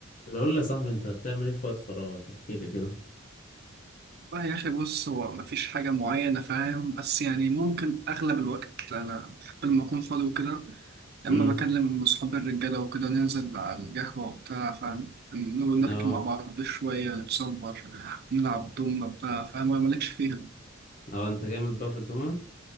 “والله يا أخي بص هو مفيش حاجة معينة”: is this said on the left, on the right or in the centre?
Right